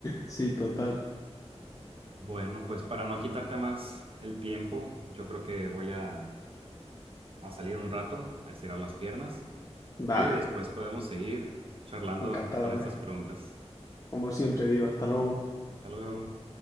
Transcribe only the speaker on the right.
Bueno, pues para no quitarte más el tiempo, yo creo que voy a, a salir un rato, a estirar las piernas
y después podemos seguir charlando
con
estas preguntas.
Sí.
Hasta luego.